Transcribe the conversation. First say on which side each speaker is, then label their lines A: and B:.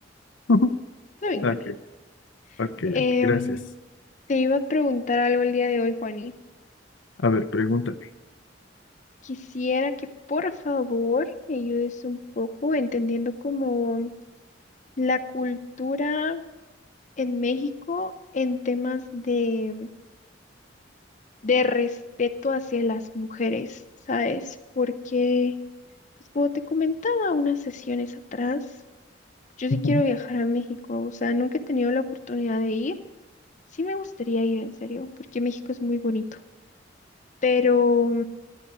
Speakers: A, on the left; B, on the left.
A: Ujú.
B: Está bien,
A: Ok,
B: Juani.
A: ok,
B: Em,
A: ok, gracias.
B: te iba a preguntar algo el día de hoy, Juani.
A: A ver, pregúntame.
B: Quisiera que por favor me ayudes un poco entendiendo como la cultura en México en temas de, de respeto hacia las mujeres, ¿sabes? Porque, pues como te comentaba unas sesiones atrás, yo sí
A: Ujú.
B: quiero viajar a México, o sea, nunca he tenido la oportunidad de ir. Sí me gustaría ir en serio, porque México es muy bonito, pero